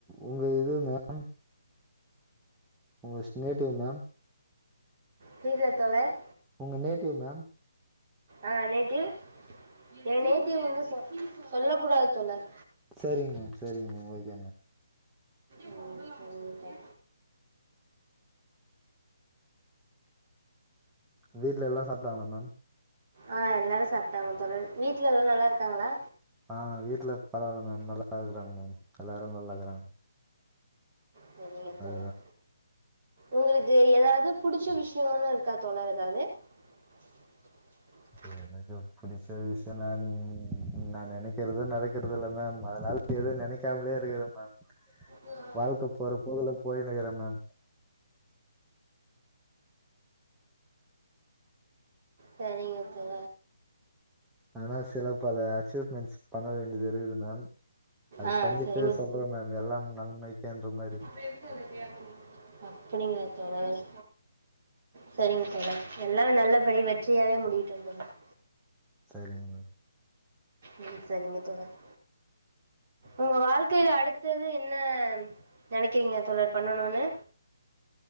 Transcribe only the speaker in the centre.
உங்க இது மேம் உங்க நேட்டிவ் மேம்
உங்க நேட்டிவ் மேம்
செரிங்க மேம் செரிங்க மேம் ஓகே மேம்
வீட்ல எல்லா சாப்ட்டாங்களா மேம்
ஆ வீட்ல பரவால்ல மேம நல்லா தா இருக்குறாங்க மேம் எல்லாரு நல்லா இருக்குறாங்க
அதுதா
எனக்கு புடிச்ச விசயனா நா நெனைக்கிறது நடக்கறது இல்ல மேம் அதுனால எதுவு நெனைக்காமலே இருக்குறே மேம்
வாழ்க்க போகுற போக்ல போயினுக்குறே மேம்
எதுனா சில பல அச்சீவ் மெண்ட்ஸ் பண்ண வேண்டியது இருக்குது மேம் அது
பண்ணிட்டு
சொல் ன்றே மேம் எல்லாம் நன்மைக்கேன்ற மாரி
சரிங்க மேம்